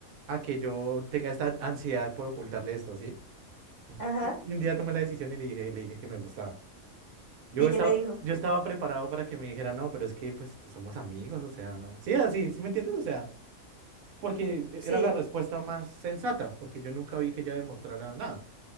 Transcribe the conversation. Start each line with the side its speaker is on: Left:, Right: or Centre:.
Right: a que yo tenga esta ansiedad por ocultarle esto, ¿sí? Y,
Left: Ajá.
Right: y- y un día tomé la decisión y le dije, le dije que me gustaba. Yo
Left: ¿Y
Right: estaba,
Left: qué te dijo?
Right: yo estaba preparado para que me dijera, no, pero es que pues tú- somos amigos, o sea, no. Sí, así, ¿sí me entiendes? O sea, porque e-
Left: Sí.
Right: era la respuesta más sensata, porque yo nunca vi que ella demostrara nada.